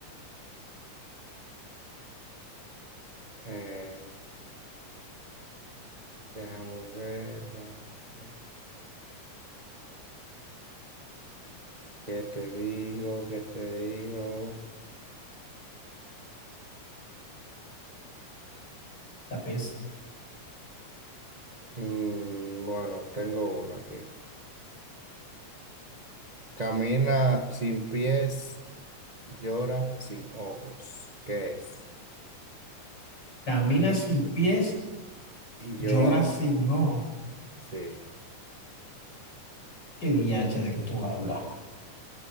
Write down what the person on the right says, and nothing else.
Eh, déjame ver, déjame ver. ¿Qué te digo? ¿Qué te digo?
Mm, bueno, tengo una aquí. Camina sin pies Llora sin ojos, ¿qué es?
Y
llora,
sí.